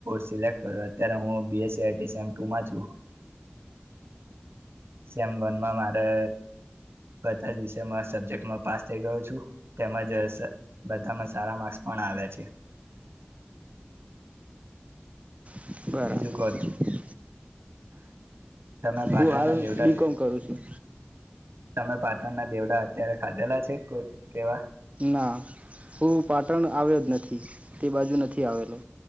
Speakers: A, on the right; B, on the right.
A: સિલેક કર્યો અત્યારે હું બીસ ટમાં છ. સેમ વનમાં મારે બધા જ વિષમાં સબ્જેક્ટમાં પાસ થઈ ગયો છું તેમજ બધામાં સારા માર્ક્સ પણ આવ્યા છે.
B: બરાબર.
A: બીજું કહો <inaudible> પાટણના
B: હું હાલ
A: દેવડા
B: બી કોમ કરું છું.
A: તમે પાટણ ના દેવડા અત્યારે ખાધેલા છે કોઈ કેવા.
B: ના હું પાટણ આવ્યો જ નથી તે બાજુ નથી આવેલો.